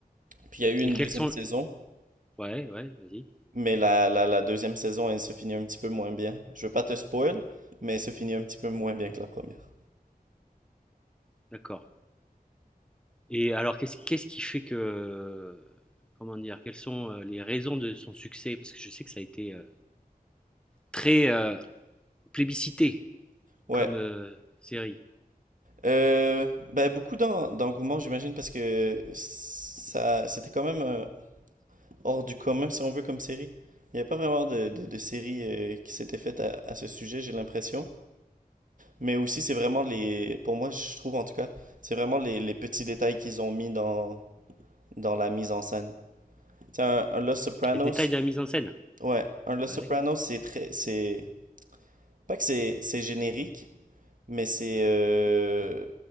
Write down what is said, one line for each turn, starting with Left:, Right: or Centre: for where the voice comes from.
Right: Puis il y a eu
Centre: Et
Right: une
Centre: quels
Right: deuxième
Centre: sont...
Right: saison.
Centre: Ouais, ouais, vas-y.
Right: Mais la, la, la deuxième saison, elle se finit un petit peu moins bien. Je veux pas te spoil, mais elle se finit un petit peu moins bien que la première.
Centre: D'accord. Et alors, qu'est-ce, qu'est-ce qui fait que... Comment dire? Quelles sont euh, les raisons de son succès? Parce que je sais que ça a été euh, très euh, plébiscité.
Right: Ouais.
Centre: comme euh, série.
Right: Euh, ben, beaucoup d'en- d'engouement, j'imagine, parce que ça, c'était quand même euh, hors du commun, si on veut, comme série. Il n'y a pas vraiment de, de, de série euh, qui s'était faite à, à ce sujet, j'ai l'impression. Mais aussi, c'est vraiment les... Pour moi, je trouve, en tout cas, c'est vraiment les, les petits détails qu'ils ont mis dans, dans la mise en scène. Tu sais, un, un Los Sopranos...
Centre: Les détails de la mise en scène.
Right: Ouais, un Los
Centre: Ouais,
Right: Sopranos, c'est très... C'est Pas que c'est c'est générique, mais c'est euh,